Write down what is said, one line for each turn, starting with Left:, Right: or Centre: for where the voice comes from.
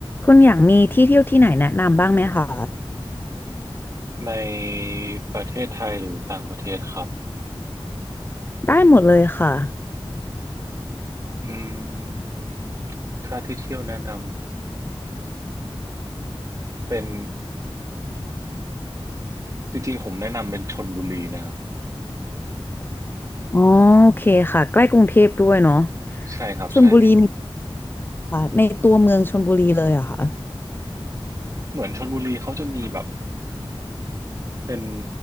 Left: คุณอยากมีที่เที่ยวที่ไหนแนะนำบ้างไหมคะ
Right: ในประเทศไทยหรือต่างประเทศครับ
Left: ได้หมดเลยค่ะ
Right: อืมถ้าที่เที่ยวแนะนำเป็นจริงๆผมแนะนำเป็นชลบุรีนะครับ
Left: อ๋อโอเคค่ะใกล้กรุงเทพด้วยเนาะ
Right: ใช่ครับใช่
Left: ชลบุรีมีค่ะในตัวเมืองชลบุรีเลยเหรอะค่ะ
Right: เหมือนชลบุรีเขาจะมีแบบเป็น